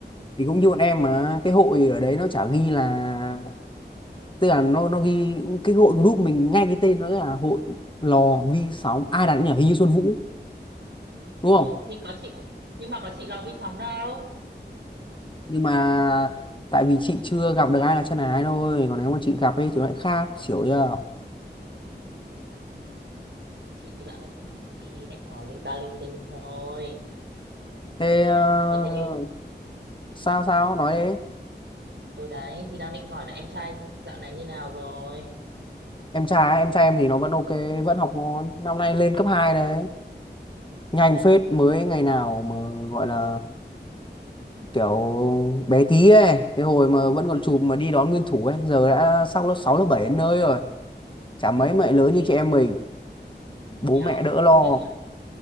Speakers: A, on the left; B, on the right.
A: thì cũng như bọn em mà cái hội ở đấy nó chả ghi là tức là nó nó ghi cái hội group mình ngay cái tên nó là hội
B: ừ.
A: lò vi sóng ai đặt nhỉ hình như Xuân Vũ đúng
B: ừ
A: không
B: thì có chị nhưng mà có chị lo vi sóng đâu
A: nhưng mà tại vì chị chưa gặp được ai là chân ái thôi còn nếu mà chị gặp ấy thì nó lại khác hiểu chưa
B: ừ. chị dạo là cũng chỉ đi hẹn hò linh ta linh tinh thôi
A: thế ờ,
B: ờ thế
A: sao sao nói
B: ủa
A: đấy
B: ừ đấy thì đang định hỏi là em trai dạo này như nào rồi
A: em trai em trai em thì nó vẫn ok vẫn học ngon năm nay lên cấp 2 đấy nhanh
B: thế à
A: phết mới ngày nào mà gọi là kiểu bé tí ấy cái hồi mà vẫn còn
B: ừ.
A: chụp mà đi đón nguyên thủ ấy giờ đã sang lớp 6 lớp 7 đến nơi rồi chả mấy mẹ lớn
B: thế
A: như chị em mình bố
B: nhiều
A: mẹ đỡ lo
B: thích thế nhỉ